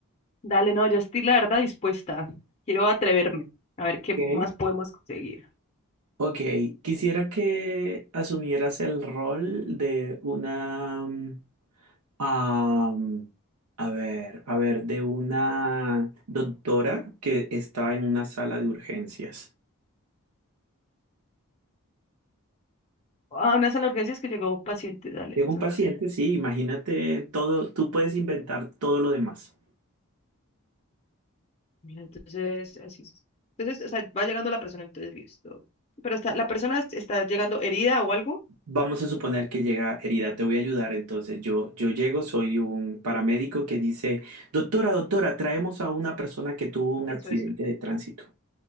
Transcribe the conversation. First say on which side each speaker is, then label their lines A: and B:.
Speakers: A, on the left (about 30°); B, on the right (about 85°).
A: Dale, no, yo estoy la verdad dispuesta. Quiero atreverme a ver
B: Ok.
A: qué más podemos conseguir.
B: Ok, quisiera que asumieras el rol de una mm, Am, a ver, a ver, de una doctora que está en una sala de urgencias.
A: a una sala de urgencias que llegó paciente, dale,
B: Llega
A: entonces,
B: un paciente, sí, imagínate todo, tú puedes inventar todo lo demás.
A: entonces, así es. Entonces, o sea, va llegando la persona, entonces, listo. Pero está, la persona est- está llegando herida o algo,
B: Vamos a suponer que llega herida, te voy a ayudar. Entonces yo, yo llego, soy un paramédico que dice, doctora, doctora, traemos a una persona que tuvo un
A: eso
B: accidente
A: es.
B: de tránsito.